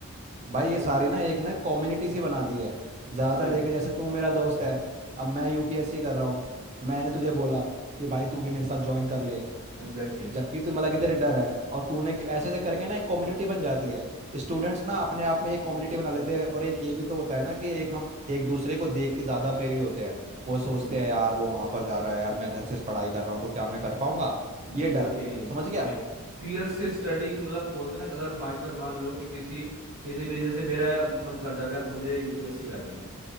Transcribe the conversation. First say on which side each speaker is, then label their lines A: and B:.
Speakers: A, on the right; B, on the right.
A: भाई ये
B: लेकिन
A: सारी ना एक ना कम्युनिटी सी बना दी है ज्यादातर
B: वही
A: देखे जैसे तू मेरा दोस्त है अब मैं यूपीएससी कर रहा हूँ मैंने तुझे बोला कि भाई तू भी मेरे साथ ज्वाइन कर ले
B: एग्जैक्टली
A: जबकि तू मतलब कि तेरे डर है और तूने कि- ऐसे ऐसे करके ना एक कम्युनिटी बन जाती है स्टूडेंट्स ना अपने आप में एक कम्युनिटी बना लेते हैं और एक ये भी तो होता है ना कि एक हम एक दूसरे को देख के ज्यादा प्रेरित होते हैं वो सोचते
B: हम्म
A: हैं यार वो वहां पर जा रहा है यार मैं घर से पढ़ाई कर रहा हूँ तो क्या मैं कर पाऊंगा ये
B: वही
A: डर समझ गया
B: वही फियर से स्टडी मतलब बोलते हैं ना कि अगर बाई चांस मान लो कि किसी किसी भी रीजन से मेरा मन कर जाता है यार मुझे यूपीएससी करनी है